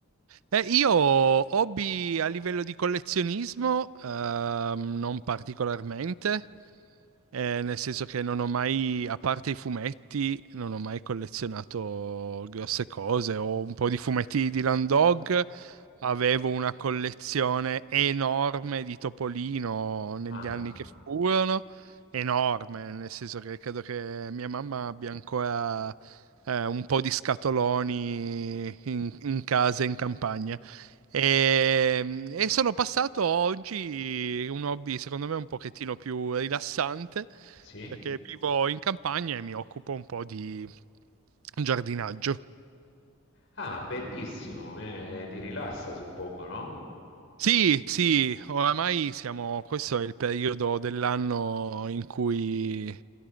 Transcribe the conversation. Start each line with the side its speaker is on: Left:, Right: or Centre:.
Right: eh, io hobby a livello di collezionismo, ehm, non particolarmente. Eh, nel senso che non ho mai, a parte i fumetti, non ho mai collezionato grosse cose. Ho un po' di fumetti di Land Dog, avevo una collezione enorme di Topolino negli
Left: Ah,
Right: anni che furono, enorme, nel senso che credo che mia mamma abbia ancora eh, un po' di scatoloni in, in casa in campagna. E, e sono passato oggi un hobby, secondo me, un pochettino più rilassante,
Left: sì?
Right: perché vivo in campagna e mi occupo un po' di giardinaggio.
Left: Ah, bellissimo, eh, ti rilassa, suppongo, no?
Right: Sì, sì, oramai siamo, questo è il periodo dell'anno in cui